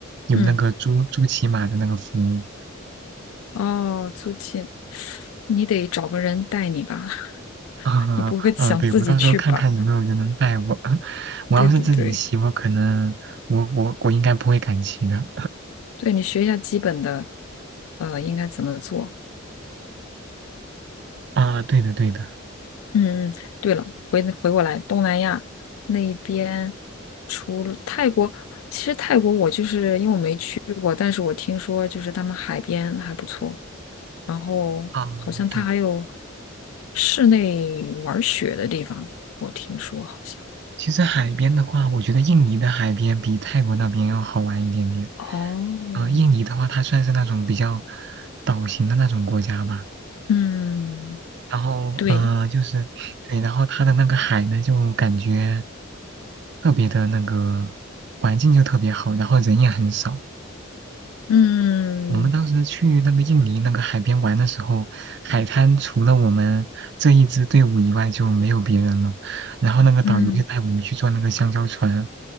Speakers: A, on the right (about 55°); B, on the left (about 80°).
A: 有那个租租骑马的那个服务。
B: 嗯。哦，租借，你得找个人带你吧？
A: <laughs>
B: <laughs>
A: 啊啊，
B: 你不会想自己去吧？
A: 对，我到时候看看有没有人能带我。<laughs> 我要是自己骑，
B: 对对对，
A: 我可能我我我应该不会敢骑的。
B: 对你学一下基本的，呃，应该怎么做？
A: 啊，对的对的。
B: 嗯嗯，对了，回回过来，东南亚那边除了泰国，其实泰国我就是因为我没去过，但是我听说就是他们海边还不错，然后好像它还有
A: 啊，对，
B: 室内玩雪的地方，我听说好像。
A: 其实海边的话，我觉得印尼的海边比泰国那边要好玩一点点。
B: 哦，
A: 呃，印尼的话，它算是那种比较岛型的那种国家吧。
B: 嗯，
A: 然后，
B: 对，
A: 呃，就是对，然后它的那个海呢，就感觉特别的那个环境就特别好，然后人也很少。
B: 嗯
A: 我们当时去那个印尼那个海边玩的时候，海滩除了我们这一支队伍以外就没有别人了。然后那个导游就带我们去坐那个香蕉船，
B: 嗯，